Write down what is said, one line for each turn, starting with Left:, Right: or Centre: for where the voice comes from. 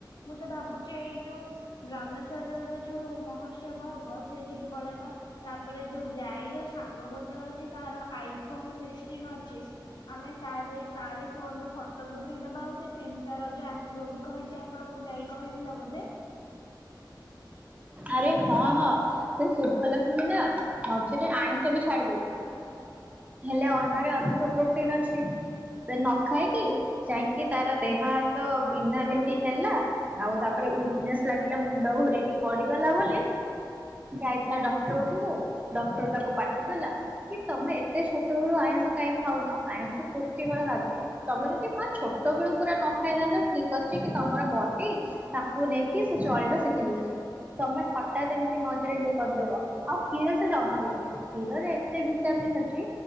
Left: ମୁଁ ତ ଭାବୁଚି ଏଇ ଯୋଉ ଗ୍ରାମେସ୍ଵ ଉତ୍ତରରେ ଯୋଉ ମହୋତ୍ସବ ହବ। ସେଇଠିକି ପଳେଇବା। ତାପରେ ଯୋଉ ଜାଇର ସାଙ୍ଗ ବୋଟଲ ଅଛି। ତାର ଆଇ ଫୋନ୍ ସିକ୍ସଟିନ୍ ଅଛି। ଆମେ ତାର ତାରି ଫୋନ ରୁ ଫଟୋ ଯଉଠ ଦେବା ଆଉ ସେ ଟା ରଜ ଆସିବ ବି କହିଛି ଆପଣଙ୍କୁ ଯାଇ କହିଥିଲ ବୋଧେ
Right: ଆରେ ହଁ ହଁ ସେ ଶୁଭଲକ୍ଷ୍ମୀ ନାଥ ମଝିରେ ଆଇଁଷ ବି ଛାଡି ଦେଇଥିଲା ହେଲେ ଅଣ୍ଡାରେ ଅଧିକ ପ୍ରୋଟିନ ଅଛି ସେ ନ ଖାଇକି ଯାଇକି ତାର ଦେହ ହାତ ବିନ୍ଧା ବିନ୍ଧି ହେଲା ଆଉ ତାପରେ ୱିକ ନେସ ଲାଗିଲା ମୁଣ୍ଡ ଘରେକି ପଡିଗଲା ବୋଲି ଯାଇଥିଲା ଡକ୍ଟର ପାଖକୁ ଡକ୍ଟର ତାକୁ ପାଟି କଲା କି ତମେ ଏତେ ଛୋଟ ବଳୁ ଆଇଁଷ କାହିଁକି ଖାଉନ ଆଇଁଷ ପୁଷ୍ଟିକର ଖାଦ୍ୟ ତମେ ଯଦି ହଁ ଛୋଟ ବେଳୁ ପୁରା ନ ଖାଇଥାନ୍ତ ଠିକ ଅଛି କି ତମର ବଡି ତାକୁ ନେଇକି ସେ ଚଳେଇ ଶିଖି ଯାଇଛି। ତମେ ହଠାତ୍ ଏମିତି ମଝିରେ ଇଏ କରିଦବ ଆଉ କ୍ଷୀର ସେ ଜମା ପଇବନି କ୍ଷୀରରେ ଏତେ ଭିଟାମିନ୍ ଅଛି